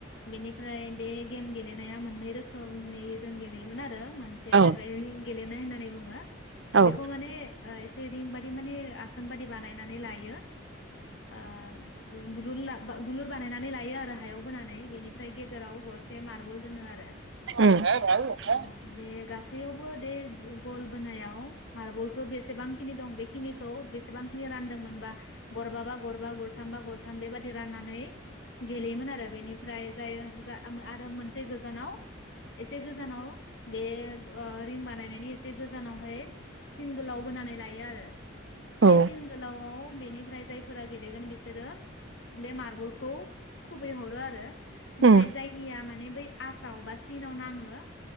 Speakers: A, on the left; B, on the right.
A: बेनिफ्राय बे गेम गेलेनाया मोननै रोखोमनि जों गेलेयोमोन आरो मोनसे या
B: औ
A: जाहैबाय रिं गेलेनाय होननानै बुङो
B: औ
A: बेखौ माने ओ इसे रिं बायदि माने आसा सान बादि बानायनानै लायो। ओ दुलुर दुलुर बानायनानै लायो आरो हायाव बोनानै बेनिफ्राय गेजेराव गर से मार्बल दोनो आरो
B: ओम
A: औ बे गासैयावबो दे गल बोनायाव मार्बलखौ बेसेबांखिनि दं बेखि निखौ बि सेबांखिनि रानदोंमोनबा गरबाबा गरबा गरथामबा गरथाम बेबायदि राननानै गेलेयोमोन आरो बेनिफ्राय जाय जा आ आरो मोनसे गोजानाव एसे गोजानाव बे ओ रिं बानायनायनि एसे गोजानावहाय सिन गोलाव बोनानै लायो आरो बे
B: औ
A: सिन गोलावआव बेनिफ्राय जायफोरा गेलेगोन बिसोरो बे मार्बलखौ खुबैहरो आरो ओमफ्राय
B: उम
A: जाय निया माने बै आसामाव बा सिनाव नांङो